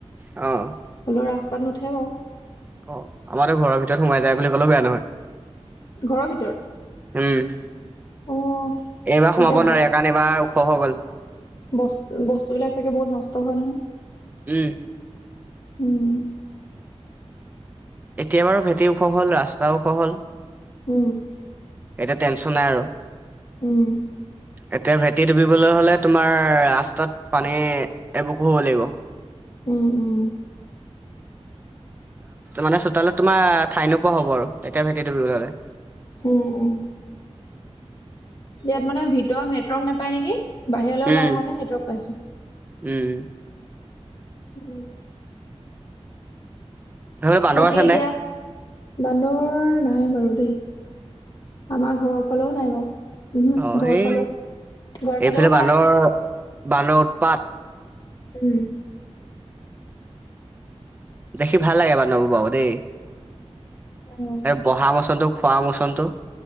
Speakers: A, on the right; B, on the left.
A: অ'
B: হ'লেও ৰাস্তাত নুঠে বাৰু।
A: আমাৰতো ঘৰৰ ভিতৰত সোমাই যায় বুলি ক'লেও বেয়া নহয়।
B: ঘৰৰ ভিতৰত?
A: উম,
B: অ',
A: এইবাৰ
B: তেতিয়া
A: সোমাব নোৱাৰে কাৰণ এইবাৰ ওখ হৈ গ'ল।
B: বস্তু বস্তুবিলাক চাগে বহুত নষ্ট হয় নহয়।
A: উম
B: উম
A: এতিয়া বাৰু ভেটি ওখ হ'ল, ৰাস্তাও ওখ হ'ল।
B: উম
A: এতিয়া টেনশ্যন নাই আৰু।
B: উম
A: এতিয়া ভেটি ডুবিবলে হ'লে তোমাৰ ৰাস্তাত পানী এবুকু হ'ব লাগিব।
B: উম উম
A: মানে চোতালত তোমাৰ ঠাই নোপোৱা হ'ব আৰু তেতিয়া ভেটি ডুবিব হ'লে।
B: উম উম ইয়াত মানে ভিতৰত নেটৱৰ্ক নাপাই নেকি বাহিৰলৈ
A: উম
B: ওলাই অহাতহে নেটৱৰ্ক পাইছো।
A: উম
B: উম
A: সেইফালে বান্দৰ
B: বাকী
A: আছে
B: এতিয়া
A: নে
B: বান্দৰ নাই বাৰু দেই। আমাৰ ঘৰৰ ফালেও নাই বাৰু ওহো
A: অ
B: ঘৰ
A: এই
B: ফালেও ঘৰ ফালেও
A: এইফালে বান্দৰ
B: নাই
A: বান্দৰৰ উৎপাত।
B: উম
A: দেখি ভাল লাগে বান্দৰবোৰ বাৰু দেই।
B: উম
A: এই বহা মোচনটো খোৱা মোচনটো।